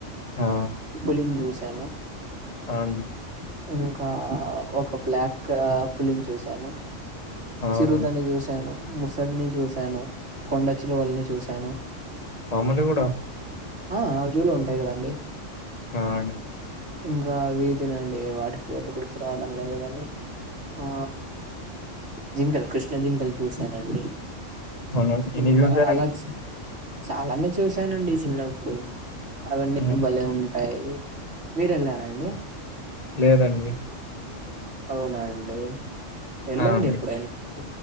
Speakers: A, on the left; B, on the right.
A: ఆ
B: పులిని చూశాను
A: అండి
B: ఇంకా ఒక బ్లాక్ పులిని చూశాను
A: అవునండి
B: చిరుతని చూశాను ముసలిని చూశాను కొండచిలువల్ని చూశాను
A: పామలు కూడా
B: ఆ జూలో ఉంటాయి కదండి
A: ఆ అండి
B: ఇంకా వీటినండి వాటికి పేర్లు గుర్తు రావడం లేదు కాని ఆ జింకల్ కృష్ణ జింకలు చూసానండి
A: అవునండి ఎన్ని
B: ఇంకా
A: చూసారండి
B: అలా చాలానే చూసానండి చిన్నప్పుడు అవన్నీ
A: ఉమ్,
B: భలే ఉంటాయి మీరు వెళ్లారా అండి
A: లేదండి
B: అవునా అండి వెళ్ళండి
A: ఆ అండి
B: ఎప్పుడైనా చూ